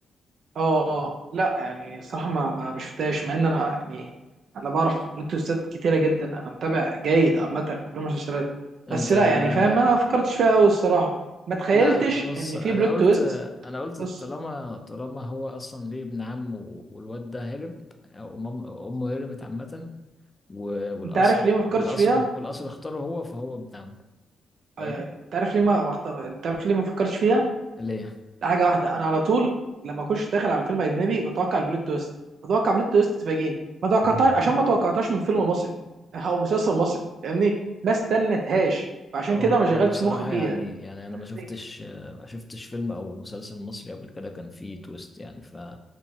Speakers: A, on the right; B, on the left.
A: اه آه. لا يعني الصراحه ما ما ما شفتهاش مع ان انا يعني انا بعرف بلوت تويستات كتيره جدا انا متابع جيد عامه في المسلسلات
B: انت
A: بس لا يعني فاهم
B: يعني
A: ما فكرتش فيها قوي الصراحه ما تخيلتش
B: لا بص
A: ان
B: انا
A: في بلوت
B: قلت
A: تويست
B: انا قلت
A: بص
B: طالما طالما هو اصلا ليه ابن عم و- والواد ده هرب او أم- امه هربت عامه و- والقصر
A: انت عارف ليه ما فكرتش
B: والقصر
A: فيها
B: والقصر اختاره هو فهو ابن عمه فاهم
A: أي- انت عارف ليه ما ما اختار انت عارف ليه ما فكرتش فيها
B: ليه
A: حاجه واحده انا على طول لما اخش داخل على فيلم اجنبي بتوقع البلوت تويست بتوقع بلوت تويست تفاجئني ما توقعتهاش
B: <laughs>
A: عشان ما توقعتهاش من فيلم مصري او مسلسل مصري فاهمني ما استنتهاش فعشان
B: هو
A: كده ما
B: هو
A: شغلتش
B: بصراحة
A: مخي فيها
B: يعني يعني أنا
A: فاهمني؟
B: ما شفتش ما شفتش فيلم أو مسلسل مصري قبل كده كان فيه تويست يعني ف